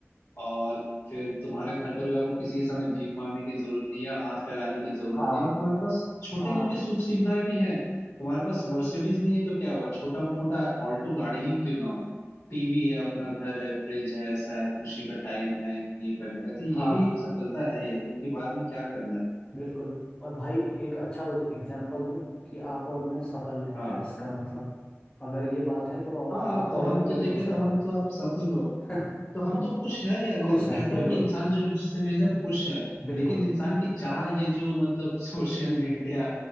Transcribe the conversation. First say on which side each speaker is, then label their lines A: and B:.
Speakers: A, on the left; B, on the left.
A: और फिर तुम्हारे घर परिवार को किसी के सामने भीख मांगने की जरूरत नहीं है या हाथ फैलाने की जरूरत
B: हाँ
A: नहीं है और तुम्हारे पास छोटे
B: हाँ
A: मोटे सुख सुविधाएं भी हैं तुम्हारे पास मर्सिडीज नहीं है तो क्या हुआ छोटा मोटा ऑल्टो गाड़ी ही क्यों ना हो टीवी है अपना घर है फ्रिज है ऐसा है खुशी का टाइम है ये करने का तो ये
B: हाँ
A: भी एक सफलता है यार क्योंकि बाद में क्या करना है
B: बिल्कुल और भाई एक अच्छा एग्जाम्पल दूं कि आप और मैं सफल हैं
A: हाँ
B: फिर इसका मतलब अगर ये बात है तो और
A: हाँ
B: आप
A: तो
B: और
A: हम
B: मैं बिल्कुल
A: तो देखे तो
B: सफल
A: हम तो आप सफल हो
B: <laughs>
A: तो हम तो खुश है यार मैं
B: खुश
A: तो कहता
B: हैं बिल्कुल
A: हूँ कि इंसान जो जिससे मिल रहा है खुश है
B: बिल्कुल
A: लेकिन इंसान की चाह ये जो मतलब <laughs> सोशल मीडिया